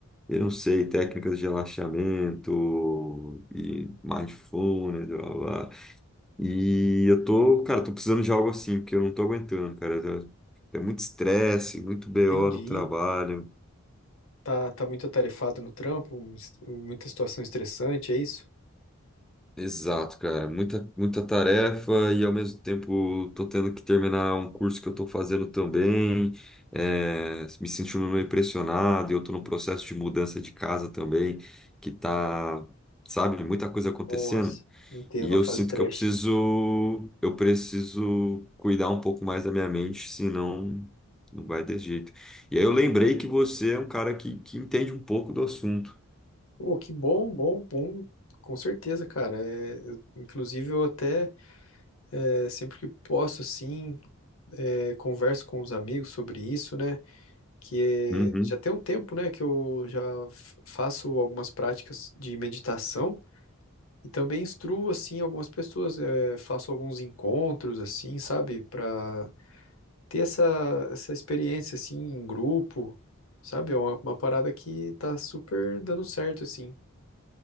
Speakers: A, in the centre; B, on the left.
A: eu não sei, técnicas de relaxamento e mindfulness, blá, blá. blá. E eu tô, cara, tô precisando de algo assim, porque eu não tô aguentando, cara. É muito estresse, muito BO
B: Entendi.
A: no trabalho.
B: Tá, tá muito atarefado no trampo, es- muita situação estressante, é isso?
A: Exato, cara. Muita, muita tarefa e ao mesmo tempo tô tendo que terminar um curso que eu tô fazendo também. É, me sentindo meio pressionado e eu tô no processo de mudança de casa também, que tá, sabe, muita coisa acontecendo.
B: Nossa, entendo
A: E eu
B: a fase
A: sinto
B: trash.
A: que eu preciso, eu preciso cuidar um pouco mais da minha mente, senão não vai ter jeito. E aí eu lembrei que você é um cara que, que entende um pouco do assunto.
B: Ô, que bom, bom, bom, com certeza, cara. É, eu- inclusive, eu até é, sempre que posso, assim, é, converso com os amigos sobre isso, né? Que
A: Uhum.
B: é- já tem um tempo, né, que eu já f- faço algumas práticas de meditação. E também instruo, assim, algumas pessoas, eh, faço alguns encontros, assim, sabe? Pra ter essa, essa experiência, assim, em grupo, sabe? É uma, uma parada que tá super dando certo, assim.